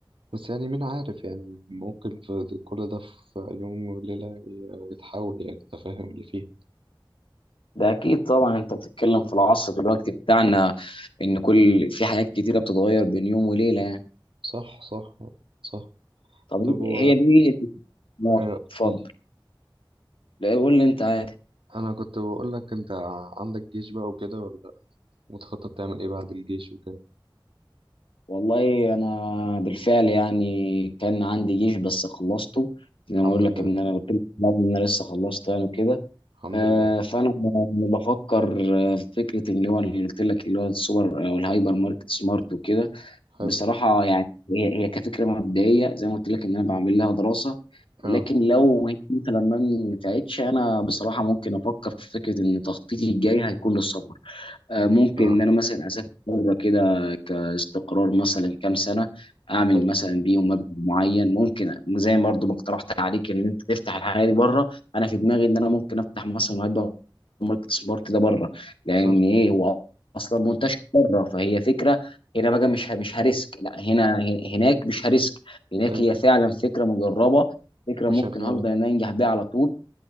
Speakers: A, on the right (about 85°); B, on the left (about 85°).
A: بس يعني مين عارف يعني ممكن في كل ده في يوم وليلة ي- يتحول يعني انت فاهم اللي فيه
B: ده اكيد طبعا انت بتتكلم في العصر دلوقتي بتاعنا ان كل في حاجات كتيره بتتغير بين يوم وليله يعني
A: صح صح صح
B: طب
A: طب و
B: هي دي اه،
A: آه،
B: اتفضل
A: قولي
B: لا قول لي انت عادي
A: أنا كنت بقول لك أنت عندك جيش بقى وكده ولا لأ؟ متخطط تعمل إيه بعد الجيش وكده
B: والله انا بالفعل يعني كان عندي جيش بس خلصته زي
A: الحمد
B: ما اقول
A: لله
B: لك ان انا قلت لك في الأول ان انا لسه خلصت يعني كده
A: الحمد
B: آه،
A: لله
B: فانا بفكر آه، في فكره اللي هو اللي قلت لك اللي هو السوبر او الهايبر ماركت سمارت وكده
A: حلو
B: بصراحه يعني هي هي كفكره مبدئيه زي ما قلت لك ان انا بعمل لها دراسه لكن
A: اه
B: لو هي مثلا ما نفعتش انا بصراحه ممكن افكر في فكره ان تخطيطي الجاي هيكون للسفر آه، ممكن
A: اه
B: ان انا مثلا اسافر بره كده كاستقرار مثلا كام سنه اعمل
A: حلو
B: مثلا بيهم مبلغ معين ممكن زي ما برضه ما اقترحت عليك ان انت تفتح الحاجه دي بره انا في دماغي ان انا ممكن افتح مثلا هايبر ماركت سبارت ده بره لان
A: صح
B: ايه هو اصلا منتشر بره فهي فكره هنا بقى مش ه- مش هريسك لا هنا هن- هناك مش هريسك هناك
A: ايوه
B: هي فعلا فكره مجربه فكره
A: وشغالة
B: ممكن هقدر ان أنا انجح بيها على طول